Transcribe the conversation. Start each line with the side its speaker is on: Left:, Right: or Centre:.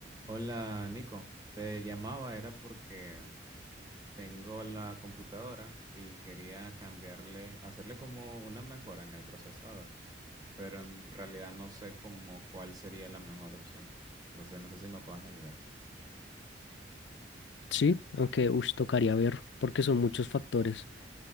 Right: Hola Nico, te llamaba era porque tengo la computadora y quería cambiarle, hacerle como una mejora en el procesador, pero en realidad no sé como cuál sería la mejor opción. No sé, no sé si me puedes ayudar.
Left: Sí, aunque ush, tocaría ver porque son muchos factores.